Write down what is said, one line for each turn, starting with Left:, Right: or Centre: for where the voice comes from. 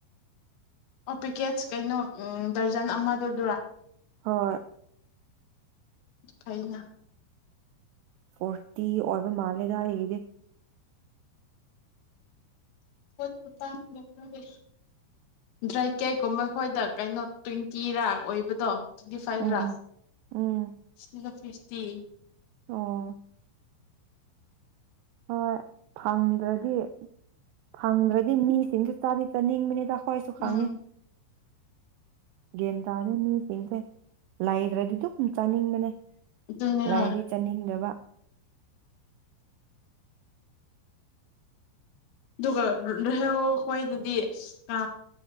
Left: ꯑꯣ ꯄꯦꯛꯀꯦꯠꯁ ꯀꯩꯅꯣ ꯎꯝ ꯗꯔꯖꯟ ꯑꯃꯗꯨꯗꯨꯔꯥ
Right: ꯍꯣꯏ
Left: ꯐꯩꯅ
Right: ꯍꯣꯏ ꯇꯤ ꯑꯣꯏꯕ ꯃꯥꯂꯦꯗ ꯑꯩꯒꯤꯗꯤ
Left: ꯄꯣꯠ ꯈꯨꯇꯥꯡꯁꯤꯒ ꯈꯪꯗꯦ ꯗ꯭ꯔꯥꯏ ꯀꯦꯒꯨꯝꯕ ꯑꯩꯈꯣꯏꯗ ꯀꯩꯅꯣ ꯇ꯭ꯋꯦꯟꯇꯤꯔꯥ ꯑꯣꯏꯕꯗꯣ ꯇ꯭ꯋꯦꯟꯗꯤ ꯐꯥꯏꯚꯔꯥ
Right: ꯎꯝ ꯎꯝ
Left: ꯁꯤꯡꯒ ꯐꯤꯁ ꯇꯤ
Right: ꯑꯣ ꯍꯣꯏ ꯐꯪꯗ꯭ꯔꯗꯤ ꯐꯪꯗ꯭ꯔꯗꯤ ꯃꯤꯁꯤꯡꯁ ꯆꯥꯗꯤ ꯆꯥꯅꯤꯡꯕꯅꯤꯗ ꯍꯣꯏꯁꯨ ꯈꯥꯡꯉꯤ
Left: ꯎꯝ
Right: ꯒꯦꯟꯇꯥꯗꯦ ꯃꯤꯁꯤꯡꯁꯦ ꯂꯥꯏꯗ꯭ꯔꯗꯤ ꯑꯗꯨꯝ ꯆꯥꯅꯤꯡꯕꯅꯦ
Left: ꯑꯗꯨꯅꯦ
Right: ꯂꯥꯏꯔꯗꯤ
Left: ꯍꯣꯏ
Right: ꯆꯥꯅꯤꯡꯗꯕ
Left: ꯑꯗꯨꯒ ꯔꯍ ꯍꯣꯏꯗꯗꯤ ꯑꯥ